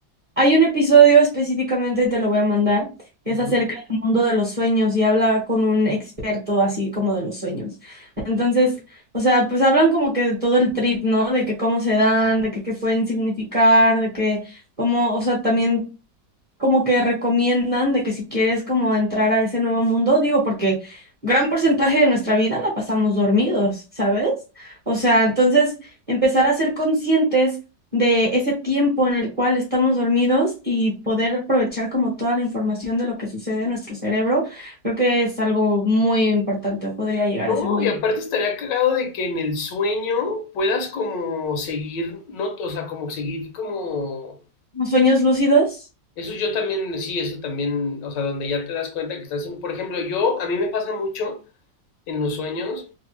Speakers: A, on the right (about 25°); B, on the left (about 75°).
A: Hay un episodio específicamente, te lo voy a mandar, que
B: Ujú.
A: es acerca del mundo de los sueños y habla con un experto así como de los sueños. Entonces, o sea, pues hablan como que de todo el trip, ¿no? De que cómo se dan, de que qué pueden significar, de que cómo, o sea, también como que recomiendan de que si quieres como entrar a ese nuevo mundo, digo, porque gran porcentaje de nuestra vida la pasamos dormidos, ¿sabes? O sea, entonces empezar a ser conscientes de ese tiempo en el cual estamos dormidos y poder aprovechar como toda la información de lo que sucede en nuestro cerebro, creo que es algo muy importante o podría llegar
B: No,
A: a ser muy
B: y
A: importante.
B: aparte estaría cagado de que en el sueño puedas como seguir, no, o sea, como seguir como...
A: ¿Los sueños lúcidos?
B: Eso yo también, sí, eso también, o sea, donde ya te das cuenta que estás en... Por ejemplo, yo, a mí me pasa mucho en los sueños